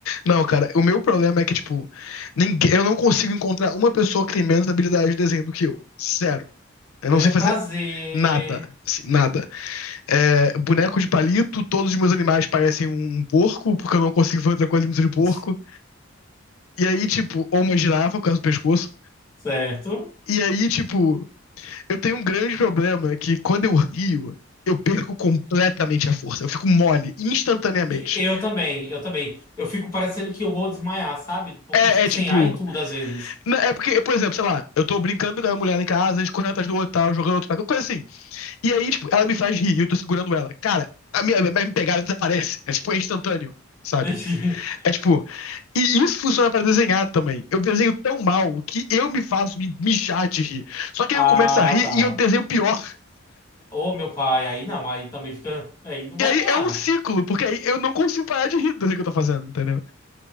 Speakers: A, on the left; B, on the left.
A: Não, cara, o meu problema é que, tipo, ninguém, eu não consigo encontrar uma pessoa que tem menos habilidade de desenho do que eu. Zero. Eu
B: Pra-
A: não sei fazer
B: Prazer.
A: nada, assim, nada. É, boneco de palito, todos os meus animais parecem um porco, porque eu não consigo fazer outra coisa que não seja de porco.
B: <laughs>
A: E aí, tipo, ou uma girafa por causa do pescoço.
B: Certo?
A: E aí, tipo, Eu tenho um grande problema que quando eu rio, eu perco completamente a força. Eu fico mole, instantaneamente.
B: Eu também, eu também. Eu fico parecendo que eu vou desmaiar, sabe? Porque
A: É,
B: eu fico
A: é tipo.
B: sem ar e tudo às vezes.
A: na- É porque, por exemplo, sei lá, eu tô brincando com a mulher lá em casa, a gente correndo atrás do outro, tal, jogando outro, qualquer coisa assim. E aí, tipo, ela me faz rir e eu tô segurando ela. Cara, a minha, a minha pegada desaparece. É tipo, é instantâneo, sabe?
B: <laughs>
A: É tipo. E isso funciona pra desenhar também. Eu desenho tão mal que eu me faço me mijar de rir. Só que
B: Ah,
A: aí eu começo a rir
B: tá.
A: e eu desenho pior.
B: Ô, meu pai, aí não, aí também fica. Aí não vai
A: E aí
B: ganhar.
A: é um ciclo, porque aí eu não consigo parar de rir do que eu tô fazendo, entendeu?